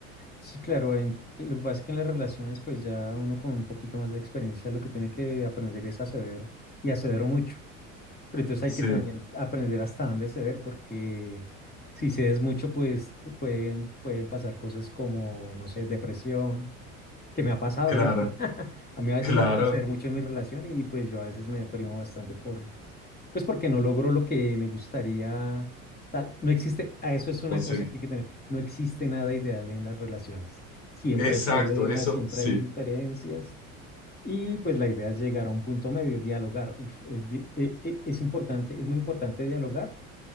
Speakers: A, on the left (about 25°); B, on the left (about 75°).
A: Sí, claro, ent- lo que pasa es que en las relaciones, pues ya uno con un poquito más de experiencia lo que tiene que aprender es a ceder y a ceder mucho. Pero entonces hay
B: Sí,
A: que también aprender hasta dónde ceder, porque si cedes mucho, pues te pueden, pueden pasar cosas como, no sé, depresión, que me ha pasado,
B: claro,
A: de hecho. <laughs> A mí a veces
B: claro,
A: me toca ceder mucho en mi relación y pues yo a veces me deprimo bastante por pues porque no logro lo que me gustaría. O sea, no existe, a eso es una
B: conseguí.
A: cosa que hay que tener. No existe nada ideal en las relaciones. Siempre
B: Exacto,
A: hay problemas,
B: eso,
A: siempre
B: sí.
A: hay diferencias. Y pues la idea es llegar a un punto medio, dialogar. Uf, es, di- e- e- es importante, es muy importante dialogar